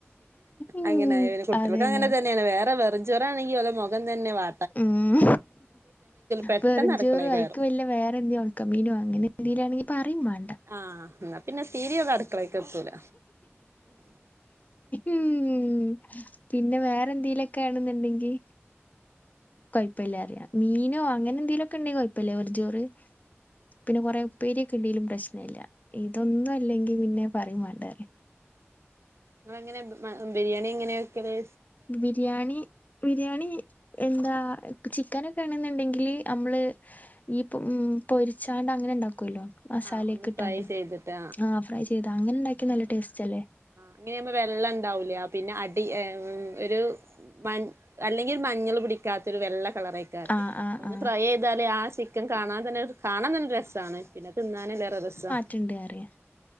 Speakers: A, on the left; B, on the right.
A: ഉം
B: അങ്ങനായ പിന്നെ കുട്ടികൾക്ക്
A: അതന്നെ.
B: അങ്ങനെ വേറെ വെറുംഞോ ജൊറണങ്കി ഓലെ മൊഖം തന്നെ വാ
A: ഉം
B: പെട്ടെന്ന്
A: വെറുംഞ്ചോറ്
B: അടുക്കളേ കയറും
A: അയ്ക്ക് വല്ലേ വേറെ എന്തേ ഒണക്കമീനോ അങ്ങനെ എന്തോലാണെങ്കി പറയുംവാ
B: ആഹ് ഇന്നാ പിന്നെ തീരയും അടുക്കളേക്കെത്തൂല.
A: ഉം പിന്നെ വേറെന്തീലൊക്കെ ആണ്ന്ന്ണ്ടെങ്കി. കൊയ്പ്പല്ലറിയാ മീനോ അങ്ങനെന്തെലൊക്കെ ഇണ്ടെങ്ങി കൊയപ്പല്യാ വെറും ജോറ്. പിന്നെ കൊറെ ഉപ്പേര്യോക്കെ ഇണ്ടേലും പ്രശ്നല്ല ഇതൊന്നും ഇല്ലെങ്കി പിന്നെ പറയുംവാണ്ട.
B: ഇങ്ങളെങ്ങനെ ബിരിയാണി എങ്ങനെവെക്കല്.
A: ബിരിയാണി. ബിരിയാണി എന്താ ചിക്കനൊക്കെണെന്ന്ണ്ടെങ്കില് അമ്മള്. ഈപൊ ഉം പൊരിച്ചാണ്ട് അങ്ങനെ ഇണ്ടാക്കൊല്ലോ. മസാലക്കെ
B: ആഹ് ഒന്ന്
A: ഇട്ടാണ്ട്
B: ഫ്രൈ ചെയ്തിട്ട്
A: ആഹ് ഫ്രൈ ചെയ്ത അങ്ങനെ ഇണ്ടാക്കി നല്ല ടേസ്റ്റല്ലേ.
B: അങ്ങനെവുമ്പോ വെള്ളണ്ടാവൂലേ പിന്നെ അടി ഒരു. മൻ അല്ലെങ്കിലൊരു മഞ്ഞള് പിടിക്കാത്ത ഒരു വെള്ള കളറായി. ക്കാരം
A: ആഹ് ആഹ്
B: ഒന്ന്
A: ആഹ്
B: ഫ്രൈയ്യിതാലെ ആഹ് ചിക്കൻ കാണാൻ തന്നൊരു. കാണാൻ നല്ല രസാ ണ് പിന്നെ തിന്നാനും വേറെ രസമാണ്
A: റ്റ്ണ്ട് അറിയാ.